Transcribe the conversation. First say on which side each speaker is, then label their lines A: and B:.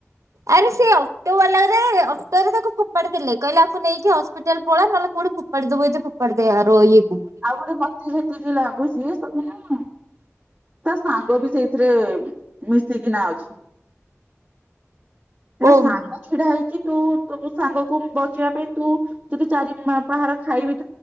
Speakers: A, on the right (about 80°); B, on the right (about 15°).
A: ଆରେ ସେ ଅଟୋ ବାଲା ଅଟୋରେ ତାକୁ ଫୋପାଡି ଦେଲେ କହିଲେ ତାକୁ ନେଇକି ହସ୍ପିଟାଲ ପଳ ନହେଲେ କୋଉଠି ପଦ ବୋଇ ତ ପ ପଡ଼ ଦେେ ଆରଇଏ
B: ଆଉ ଗୋଟେ ମତି ଯେତିକି ଲାଗୁଛି ତଥି <unintelligible> ତା ସାଙ୍ଗ ବି ସେଇଥିରେ ମିଶିକିନା ଅଛି। ତା
A: ଓମ୍
B: ସାଙ୍ଗ ଛିଡା ହେଇଛି ତୁ ତୁ ସାଙ୍ଗକୁ ବଚିବା ପାଇଁ ତୁ ଯଦି ଚାରି ପାହାର ଖାଇବି